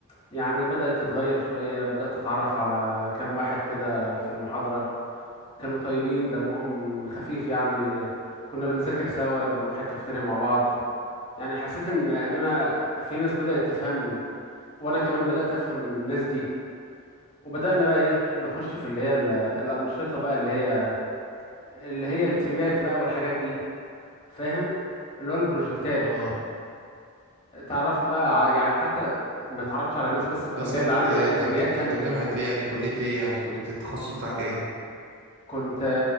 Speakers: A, on the left (about 25°); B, on the right (about 50°).
A: يعني بدأت تتغير شوية بدأت أتعرف على كام واحد كده في المحاضرة كانوا طيبين دمهم خفيف يعني كنا بنذاكر سوا بنروح الكافيتيريا مع بعض يعني حسيت إن إن أنا في ناس بدأت تفهمني وأنا كمان بدأت أفهم الناس دي وبدأنا بقى إيه نخش في اللي هي ال- الأنشطة بقى اللي هي اللي هي التيمات بقى والحاجات دي فاهم اللي هو البروجكتات
B: اه
A: اتعرفت بقى ع- يعني حتى ما اتعرفتش على الناس بس في الكلية
B: اصلا
A: اللي
B: كنت
A: عندي لا في كليات
B: كنت كنت
A: تانية
B: جامعة
A: كمان
B: ايه يعني كلية ايه يعني كلية التخصص بتاعك ايه
A: كنت